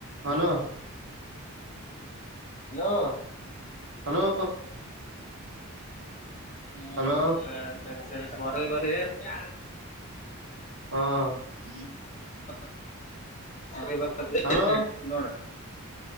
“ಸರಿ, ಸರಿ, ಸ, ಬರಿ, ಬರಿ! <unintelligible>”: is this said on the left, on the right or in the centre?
Left